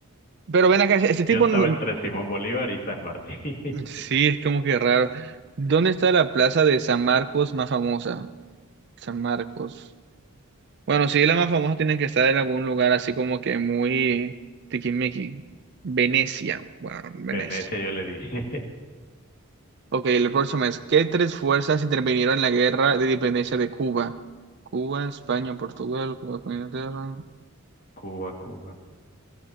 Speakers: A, on the right; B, on the left.
A: pero ven acá, ese, ese tipo
B: Yo estaba
A: no-
B: entre Simón Bolívar y San Martín. <laughs>
A: Sí, es como que raro. ¿Dónde está la plaza de San Marcos más famosa? San Marcos. Bueno, sí, la más famosa tiene que estar en algún lugar así como que muy tiquismiqui. Venecia, bueno, Venecia.
B: Venecia, yo le dije.
A: Ok, el próximo es, ¿qué tres fuerzas intervinieron en la guerra de independencia de Cuba? Cuba, España, Portugal, Cuba, España, Inglaterra.
B: <laughs> Cuba, Cuba.